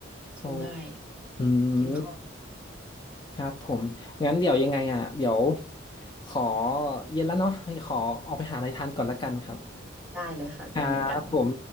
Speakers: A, in the centre; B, on the left (about 20°).
A: ซื้อง่าย
B: โอ้อืม
A: กินข้าว
B: ครับผมงั้นเดี๋ยวยังไงอ่ะเดี๋ยวขอเย็นแล้วเนาะขอออกไปหาอะไรทานก่อนละกันครับ
A: ได้เลยค่ะเดนเหมือนกัน
B: ครับผม